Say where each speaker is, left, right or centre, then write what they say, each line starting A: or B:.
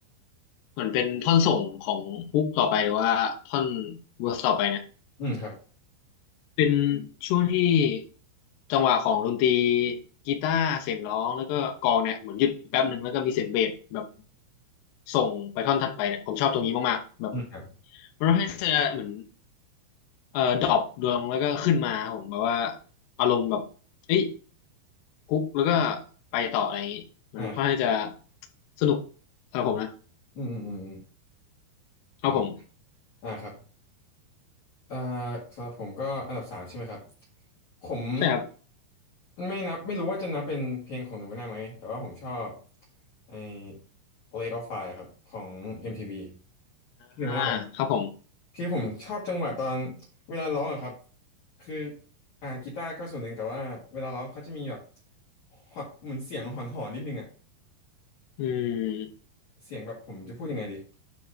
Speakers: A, on the left (about 75°); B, on the left (about 45°).
A: เหมือนเป็นท่อนส่งของฮุกต่อไปหรือว่าท่อนเวอร์สต่อไปเนี่ย
B: อืมครับ
A: เป็นช่วงที่จังหวะของดนตรีกีตาร์เสียงร้องแล้วก็กลองเนี่ยเหมือนหยุดแป๊บหนึ่งแล้วก็มีเสียงเบสแบบส่งไปท่อนถัดไปเนี่ยผมชอบตรงนี้มากๆแบบ
B: อืมครับ
A: มันทำให้เธอเหมือน เอ่อดรอปดวงแล้วก็ขึ้นมาครับผมแบบว่าอารมณ์แบบเอ้ยคุกแล้วก็ไปต่ออะไรอย่างนี้มันค่อนข้างจะ
B: อ่าครับ
A: สนุกสำหรับผมนะ
B: อืมอืมอืม
A: ครับผม
B: อืมอ่าครับอ่าสำหรับผมก็อันดับสามใช่ไหมครับ ผม
A: ใช่ครับ
B: ไม่นับไม่รู้ว่าจะนับเป็นเพลงของหนูไม่งวันได้ไหมแต่ว่าผมชอบไอ้ Lake of Fire ครับของ MTV ทีวีที่หนูไม่งวันได้เหรอ
A: อ่าครับผม
B: คือผมชอบจังหวะตอนเวลาร้องอะครับคืออ่ากีตาร์ก็ส่วนหนึ่งแต่ว่าเวลาร้องเขาจะมีแบบหอนเหมือนเสียงหอนๆนนิดนึงอะ
A: อืม
B: เสียงแบบผมจะพูดยังไงดี